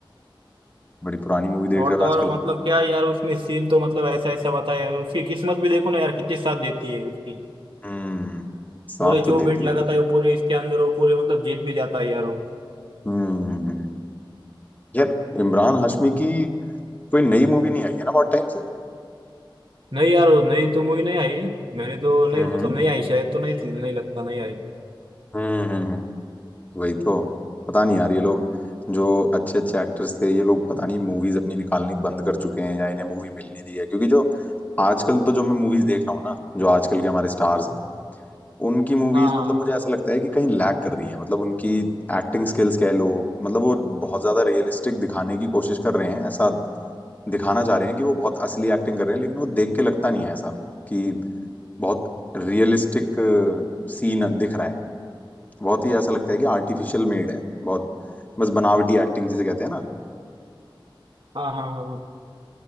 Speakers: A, on the left (about 20°); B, on the right (about 75°).
A: बड़ी पुरानी मूवी देख
B: और
A: रहे
B: तो
A: हो आजकल
B: और मतलब क्या यार उसमें सीन तो मतलब ऐसा ऐसा बताए उसकी किस्मत भी देखो ना यार कितनी साथ देती है उसकी
A: हम्म साथ
B: पूरे
A: तो
B: जो
A: देती
B: बेट लगाता
A: है
B: है वो पूरे इसके अंदर वो पूरे मतलब जीत भी जाता है यार वो
A: हम्म हम्म, हम्म। यार इमरान हाशमी की कोई नई मूवी नहीं आई है ना बहुत टाइम से
B: नहीं यार वो नई तो मूवी नहीं आई मैंने तो नहीं
A: हम्म
B: मतलब
A: हम्म
B: नहीं आई शायद तो नहीं नहीं लगता नहीं आई
A: हम्म हम्म, हम्म। वही तो पता नहीं यार ये लोग जो अच्छे अच्छे एक्टर्स थे ये लोग पता नहीं मूवीज अपनी निकालनी बंद कर चुके हैं या इन्हें मूवी मिल नहीं रही है क्योंकि जो आजकल तो जो मैं मूवीज देख रहा हूँ ना जो आजकल के हमारे स्टार्स हैं उनकी मूवीज
B: हाँ
A: मतलब
B: हाँ
A: मुझे ऐसा लगता है कि कहीं लैग कर रही है मतलब उनकी एक्टिंग स्किल्स कह लो मतलब वो बहुत ज्यादा रियलिस्टिक दिखाने की कोशिश कर रहे हैं ऐसा दिखाना चाह रहे हैं कि वो बहुत असली एक्टिंग कर रहे हैं लेकिन वो देख के लगता नहीं है ऐसा कि बहुत रियलिस्टिक सीन दिख रहा है बहुत ही ऐसा लगता है कि आर्टिफिशियल मेड है बहुत बस बनावटी एक्टिंग जिसे कहते हैं ना
B: हाँ हाँ हाँ हाँ